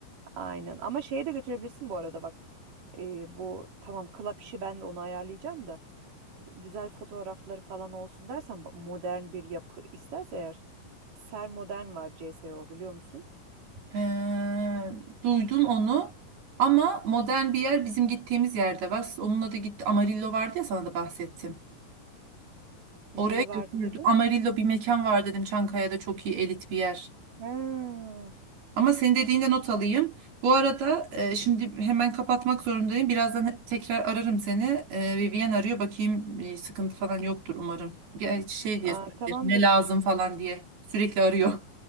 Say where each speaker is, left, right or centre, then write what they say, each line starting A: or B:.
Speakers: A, on the right (about 60°); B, on the right (about 85°).
A: Aynen. Ama şeye de götürebilirsin bu arada bak. E, bu tamam klap işi ben de onu ayarlayacağım da güzel fotoğrafları falan olsun dersen bak, modern bir yapı isterse eğer Ser Modern var C S o biliyor musun?
B: Ee, duydum onu. Ama modern bir yer bizim gittiğimiz yerde var. Siz Onunla da gitti. Amarillo vardı ya sana da bahsettim.
A: Neyi
B: Oraya
A: vardı
B: götürdüm.
A: dedin?
B: Amarillo bir mekan var dedim. Çankaya'da çok iyi elit bir yer.
A: Ha.
B: Ama senin dediğinde not alayım. Bu arada e, şimdi hemen kapatmak zorundayım. Birazdan he- tekrar ararım seni. E, Vivian arıyor. Bakayım e, sıkıntı falan yoktur umarım. Gerçi şey
A: Aa,
B: diye sorabilir.
A: tamamdır.
B: Ne lazım falan diye. Sürekli arıyor.